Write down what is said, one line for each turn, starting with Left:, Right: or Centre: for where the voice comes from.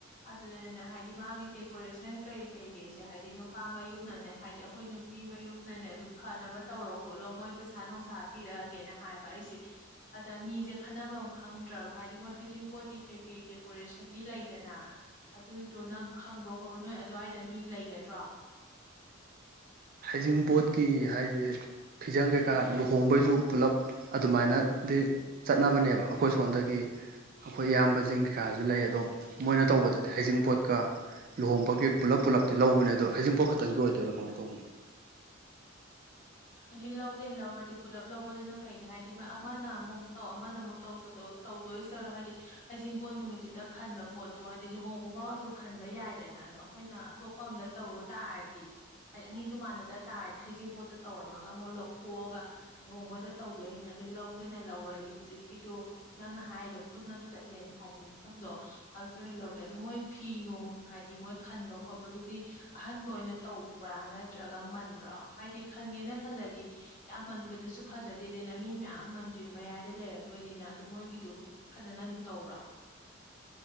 Left: ꯑꯗꯨꯗꯅꯦ ꯍꯥꯏꯗꯤ ꯃꯥꯒꯤ ꯗꯦꯀꯣꯔꯦꯁꯟ ꯀꯔꯤ ꯀꯔꯤꯒꯤꯁꯦ ꯍꯥꯏꯗꯤ ꯅꯨꯄꯥ ꯃꯌꯨꯝꯅꯅꯦ ꯍꯥꯏꯗꯤ ꯑꯩꯈꯣꯏ ꯅꯨꯄꯤ ꯃꯌꯨꯝꯅꯅꯦ ꯑꯗꯨꯝ ꯐꯅꯕ ꯇꯧꯔꯣ ꯈꯣꯠꯂꯣ ꯃꯣꯏ ꯄꯩꯁꯥ ꯅꯨꯡꯁꯥ ꯄꯤꯔꯛꯑꯒꯦꯅ ꯍꯥꯏꯕ ꯑꯩꯁꯦ ꯑꯗ ꯃꯤꯁꯦ ꯈꯟꯅꯕꯝ ꯈꯪꯗ꯭ꯔꯕ ꯍꯥꯏꯗꯤ ꯃꯣꯏ ꯆꯤꯡꯄꯣꯠ ꯀꯩ ꯀꯩ ꯗꯦꯀꯣꯔꯦꯁꯟꯒꯤ ꯂꯩꯗꯅ ꯑꯗꯨꯏꯗꯣ ꯅꯪ ꯈꯪꯕ꯭ꯔꯣ ꯈꯣꯕ ꯅꯣꯏ ꯑꯗꯨꯋꯥꯏꯗ ꯃꯤ ꯂꯩꯒꯗ꯭ꯔꯣ
Right: ꯍꯩꯖꯤꯡꯄꯣꯠꯀꯤ ꯍꯥꯏꯁꯦ ꯐꯤꯖꯪ ꯀꯩꯀꯥ ꯂꯨꯍꯣꯡꯕꯩꯁꯨ ꯄꯨꯂꯞ ꯑꯗꯨꯃꯥꯏꯅꯗꯤ ꯆꯠꯅꯕꯅꯦꯕ ꯑꯩꯈꯣꯏ ꯁꯣꯝꯗꯒꯤ ꯑꯩꯈꯣꯏ ꯏꯌꯥꯝꯕꯁꯤꯡ ꯀꯩꯀꯥꯁꯨ ꯂꯩ ꯑꯗꯣ ꯃꯣꯏꯅ ꯇꯧꯕꯗꯗꯤ ꯍꯩꯖꯤꯡꯄꯣꯠꯀ ꯂꯨꯍꯣꯡꯕꯒꯤ ꯄꯨꯜꯂꯞ ꯄꯨꯜꯂꯞꯇꯤ ꯂꯧꯕꯅꯦ ꯑꯗꯣ ꯍꯩꯖꯤꯡꯄꯣꯠ ꯈꯛꯇꯪꯒꯤ ꯑꯣꯏꯗꯣꯏꯔꯣ ꯀꯃꯥꯏꯅ ꯇꯧꯕꯅꯣ
Left: ꯑꯩꯁꯤ ꯂꯧꯒꯦꯅ ꯂꯧꯔꯗꯤ ꯄꯨꯜꯂꯞ ꯂꯧꯕꯗꯨꯅ ꯐꯩꯅꯦ ꯍꯥꯏꯗꯤ ꯑꯃꯅ ꯑꯃꯨꯛ ꯇꯧ ꯑꯃꯅ ꯑꯃꯨꯛ ꯇꯧ ꯇꯧꯗꯣꯏ ꯆꯔꯣ ꯍꯥꯏꯗꯤ ꯍꯩꯖꯤꯡꯕꯣꯠ ꯅꯨꯃꯤꯠꯇꯨꯗ ꯈꯟꯕ ꯄꯣꯠꯇꯣ ꯍꯥꯏꯗꯤ ꯂꯨꯍꯣꯡꯕꯐꯥꯎ ꯑꯗꯨꯝ ꯈꯟꯕ ꯌꯥꯏꯗꯅ ꯑꯗꯣ ꯑꯩꯈꯣꯏꯅ ꯑꯇꯣꯞꯄ ꯑꯝꯗ ꯇꯧꯔꯨ ꯇꯥꯔꯗꯤ ꯍꯥꯏꯗꯤ ꯑꯅꯤꯗꯨ ꯃꯥꯟꯅꯗ ꯇꯥꯔꯗꯤ ꯍꯩꯖꯤꯡꯕꯣꯠꯇ ꯇꯧꯔꯝꯃꯒ ꯑꯃꯨꯛ ꯂꯧꯊꯣꯛꯑꯒ ꯂꯨꯍꯣꯡꯕꯗ ꯇꯧꯗꯣꯏꯅꯤ ꯑꯗꯨ ꯂꯧꯒꯦꯅ ꯂꯧꯔꯗꯤ ꯍꯧꯖꯤꯛꯀꯤꯗꯨ ꯅꯪꯅ ꯍꯥꯏꯔꯤꯕ ꯄꯨꯟꯅ ꯆꯠꯂꯦꯅ ꯍꯥꯏꯕ ꯃꯐꯝꯗꯣ ꯑꯗꯨꯗ ꯑꯣꯏꯅ ꯂꯧꯒꯦ ꯑꯗꯨ ꯃꯣꯏ ꯐꯤ ꯅꯣꯡ ꯍꯥꯏꯗꯤ ꯃꯣꯏ ꯈꯟꯕ ꯈꯣꯠꯄꯗꯨꯗꯤ ꯑꯍꯟꯕ ꯑꯣꯏꯅ ꯇꯧꯕ꯭ꯔꯥ ꯅꯠꯇ꯭ꯔꯒ ꯃꯟꯕ꯭ꯔꯥ ꯍꯥꯏꯗꯤ ꯈꯟꯒꯦꯅ ꯈꯜꯂꯗꯤ ꯌꯥꯝꯃꯟꯕꯗꯨꯁꯨ ꯐꯖꯗꯦꯗꯅ ꯃꯤ ꯃꯌꯥꯝ ꯃꯟꯗ꯭ꯔꯤ ꯃꯌꯥꯏꯗ ꯂꯩꯔꯛꯇꯣꯏꯅꯤꯅ ꯑꯗꯨ ꯃꯣꯏꯒꯤꯗꯨꯕꯨ ꯐꯖꯅ ꯑꯗꯨꯝ ꯇꯧꯕ꯭ꯔꯣ